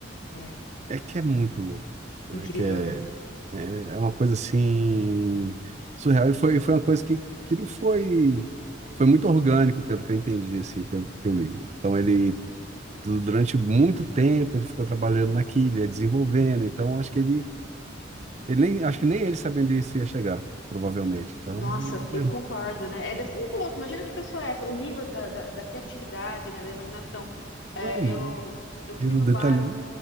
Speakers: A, on the left; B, on the right.
A: é.
B: é que é muito louco, né,
A: Incrível,
B: que é,
A: né?
B: é, é uma coisa assim surreal e foi, foi uma coisa que, que não foi foi muito orgânico pelo que eu entendi, assim, pelo que eu li. Então ele Du- Durante muito tempo ele ficou trabalhando naquilo, ia desenvolvendo, então acho que ele, ele nem, acho que nem ele sabia onde isso ia chegar, provavelmente. Então,
A: Nossa, eu
B: é,
A: concordo, né? É, deve ser muito louco. Imagina que pessoa é essa, o nível da, da, da criatividade, né? Da imaginação. É,
B: é, é,
A: eu, eu fui
B: e no
A: no
B: detalhe.
A: bar onde,